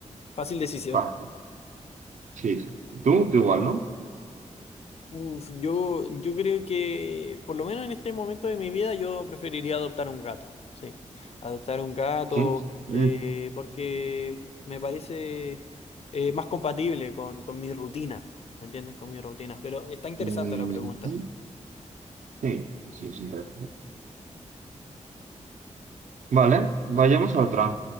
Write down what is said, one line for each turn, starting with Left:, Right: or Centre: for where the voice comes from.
Left: Fácil decisión.
Right: Vale. Sí. Tú, tú igual, ¿no?
Left: Uf, yo, yo creo que, por lo menos en este momento de mi vida, yo preferiría adoptar un gato. Sí, adoptar un gato,
Right: Sí. Mm.
Left: eh, porque me parece eh, más compatible con, con mi rutina, ¿me entiendes? Con mi rutina. Pero está interesante
Right: mm,
Left: la pregunta.
Right: Sí, sí, sí. tal Vale, vayamos a otra.